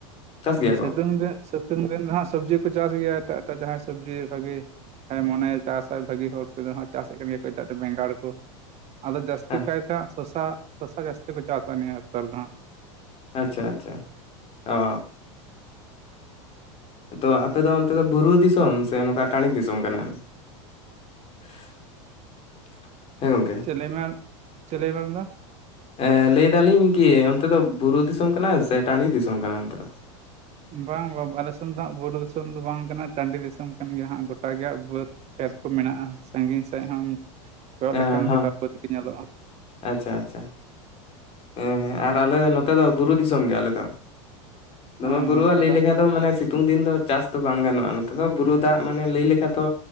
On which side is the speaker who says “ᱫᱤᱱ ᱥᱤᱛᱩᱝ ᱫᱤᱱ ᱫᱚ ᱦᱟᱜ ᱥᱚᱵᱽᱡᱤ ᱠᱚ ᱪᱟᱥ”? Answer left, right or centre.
Right